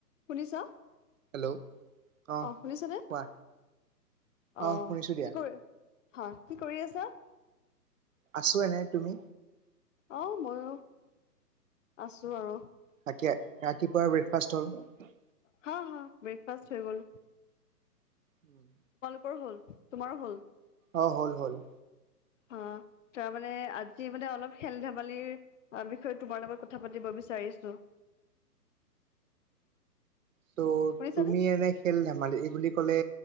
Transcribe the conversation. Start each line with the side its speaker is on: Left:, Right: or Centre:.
Left: শুনিছা?
Right: হেল্ল'। অ
Left: অহ শুনিছানে?
Right: কোৱা
Left: অহ
Right: অ শুনিছো দিয়া
Left: কি কৰ হয়, কি কৰি আছা?
Right: আছো এনে, তুমি?
Left: অহ মইও আছো আৰু।
Right: তাকে, ৰাতিপুৱা ব্ৰেকফাষ্ট হ'ল?
Left: হা হা ব্ৰেকফাষ্ট হৈ গ'ল।
Right: উম।
Left: মোৰ হল তোমাৰো হল।
Right: অ' হ'ল - হ'ল।
Left: অ' তাৰ মানে আজি মানে অলপ খেল-ধেমালিৰ অ' বিষয়ে তোমাৰ লগত কথা পাতিব বিচ চাৰিছোঁ।
Right: তো
Left: শুনিছানে
Right: তুমি এনে খেল-ধেমালি এই বুলি ক'লে